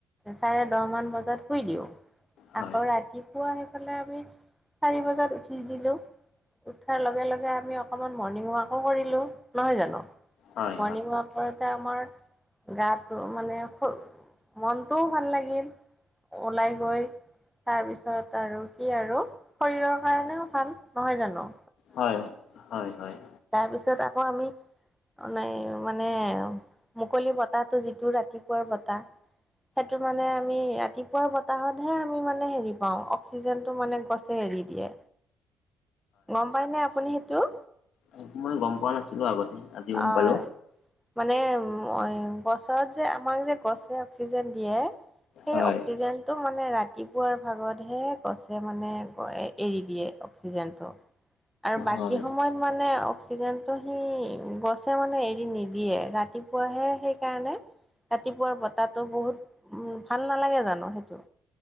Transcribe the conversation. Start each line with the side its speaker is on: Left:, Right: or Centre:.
Centre: চাৰে দহমান বজাত শুই দিওঁ',
Left: হয়
Centre: আকৌ ৰাতিপুৱা সেইফালে আমি চাৰি বজাত উঠি দিলোঁ', উঠাৰ লগে - লগে আমি অকণমান মৰ্ণিং ৱাকো কৰিলোঁ নহয় জানোঁ,
Left: হয়
Centre: মৰ্ণিং ৱাক', তেতিয়া আমাৰ গাটো মানে শৰী', মনটোও ভাল লাগিল', ওলাই গৈ, তাৰপিছত', আৰু কি আৰু, শৰীৰৰ কাৰণেও ভাল, নহয় জানোঁ?
Left: হয়', -হয়', হয়', -হয়',
Centre: তাৰপিছত আকৌ আমি', অ', নাই মানে, মুকলি বতাহটো যিটো ৰাতিপুৱাৰ বতাহ', সেইটো মানে আমি ৰাতিপুৱা বতাহতহে আমি মানে হেৰি পাওঁ, অক্সিজেনতটো মানে গছ', গছে এৰি দিয়ে, গম পাই ন আপুনি সেইটো?
Left: সেইটো মই গম পোৱা নাছিলোঁ আগতে', আজি গম
Centre: অহ',
Left: পালো
Centre: মানে এই', গছত যে আমাক যে গছে অক্সিজেন দিয়ে', সেই
Left: হয়
Centre: অক্সিজেন', তো মানে ৰাতিপুৱাৰ ভাগতহে গছে মানে গ', এৰি দিয়ে অক্সিজেনটো', আৰু বাকী
Left: হয়
Centre: সময়ত মানে অক্সিজেনটো সি গছে মানে এৰি নিদিয়ে, ৰাতিপুৱাহে সেইকাৰণে কতিপাৰ বতাহটো বহুত, ভাল নালাগে জানো সেইটো।